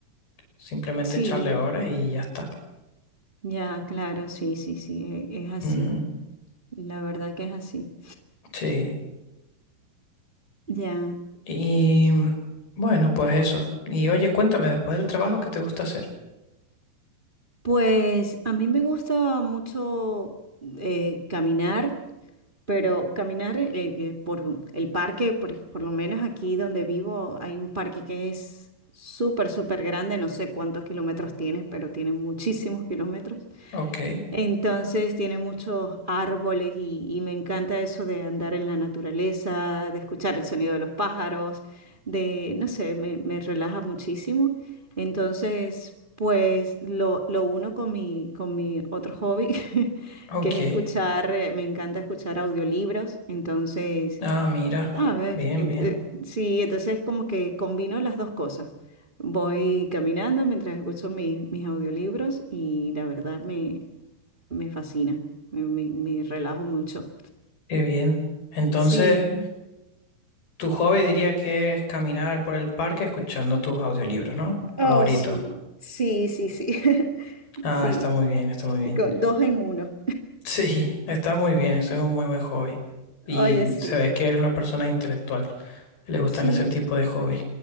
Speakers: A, on the left; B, on the right.
A: simplemente
B: Sí,
A: echarle horas y ya está.
B: ya, claro, sí, sí, sí, e- es así.
A: Ujú,
B: La verdad que es así.
A: Sí.
B: Ya,
A: Y bueno, pues eso. Y oye, cuéntame después del trabajo qué te gusta hacer.
B: pues a mí me gusta mucho eh, caminar. Pero caminar eh, eh, por el parque, por, por lo menos aquí donde vivo, hay un parque que es súper, súper grande, no sé cuántos kilómetros tiene, pero tiene muchísimos <laughs> kilómetros.
A: Ok,
B: Entonces tiene muchos árboles y, y me encanta eso de andar en la naturaleza, de escuchar el sonido de los pájaros, de, no sé, me, me relaja muchísimo. Entonces, pues lo, lo uno con mi, con mi otro hobby, <laughs>
A: ok.
B: que es escuchar, eh, me encanta escuchar audiolibros. Entonces,
A: Ah, mira.
B: ¿sabes?
A: Bien,
B: Ent-
A: bien.
B: eh, sí, entonces como que combino las dos cosas. Voy caminando mientras escucho mis, mis audiolibros y la verdad me, me fascina, me, me- me relajo mucho.
A: Qué bien. Entonces,
B: Sí,
A: tu hobby diría que es caminar por el parque escuchando tus audiolibros, ¿no?
B: Oh,
A: Favoritos.
B: sí, sí, sí, sí. <laughs>
A: Ah,
B: Sí,
A: está muy bien, está muy bien.
B: co-
A: <laughs>
B: dos en uno.
A: Sí, está muy bien. Eso es un muy buen hobby. Y
B: Oye, sí,
A: se ve que eres una persona intelectual, que le gustan
B: sí.
A: ese tipo de hobby.